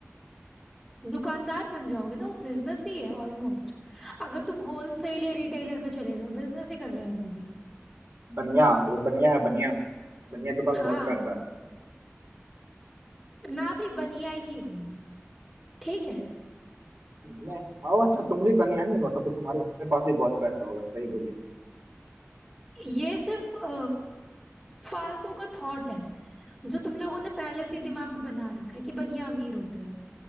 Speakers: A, in the centre; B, on the right.
A: दुकानदार बन जाओगे ना वो बिजनेस ही है ऑलमोस्ट अगर तुम होलसेल या रिटेलर पे चले जाओ बिजनेस ही कर रहे हो वो भी
B: बनिया वो बनिया है बनिया बनिया के पास
A: हाँ
B: बहुत पैसा है
A: मैं भी बनिया ही हूँ ठीक है
B: नहीं आओ अच्छा तुम भी बनिया ही हो तो, तो तुम्हारे पास ही बहुत पैसा होगा सही बोली
A: ये सिर्फ अ, फालतू का थॉट है जो तुम लोगों ने पहले से ही दिमाग में बना रखा है कि बनिया अमीर होते हैं